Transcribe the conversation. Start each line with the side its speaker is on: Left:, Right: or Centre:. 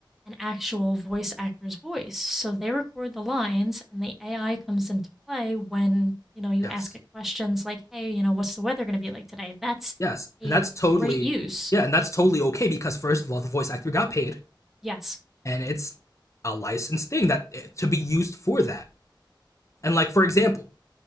Centre: an actual voice actor's voice. So they record the lines and the AI comes into play when,
Left: <laughs>
Centre: you know, you
Left: yes
Centre: ask it questions like, hey, you know, what's the weather going to be like today? That's
Left: yes
Centre: a
Left: and that's totally
Centre: great use.
Left: yeah and that's totally okay because first of all the voice actor got paid
Centre: Yes.
Left: and it's a licensed thing that eh, to be used for that. And like for example,